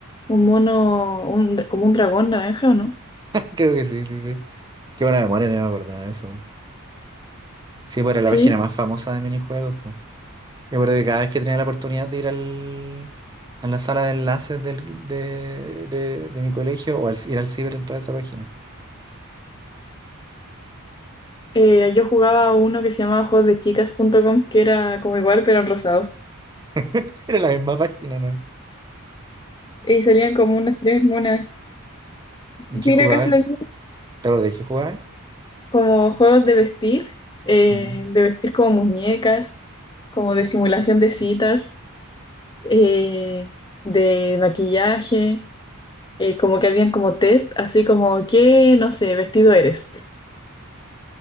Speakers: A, on the left; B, on the right.
A: un mono, un- como un dragón naranja, ¿o no?
B: <laughs> Creo que sí, sí, sí. Qué buena memoria, no me acordaba de eso. Sí, pues era la
A: Sí.
B: página más famosa de minijuegos, pues. Yo acuerdo que cada vez que tenía la oportunidad de ir al, a la sala de enlaces del, de, de, de mi colegio o al, ir al ciber, entraba a esa página.
A: Eh, yo jugaba uno que se llamaba juegosdechicas.com, que era como igual, pero en rosado.
B: <laughs> Era la misma página, ¿no?
A: Y salían como unas tres monas.
B: ¿Y qué
A: Sí,
B: jugabas?
A: era casi lo mismo.
B: ¿Te acuerdas de qué jugabas?
A: Como juegos de vestir, eh,
B: Ujú.
A: de vestir como muñecas, como de simulación de citas, eh, de maquillaje, eh, como que habían como test, así como, ¿qué, no sé, vestido eres?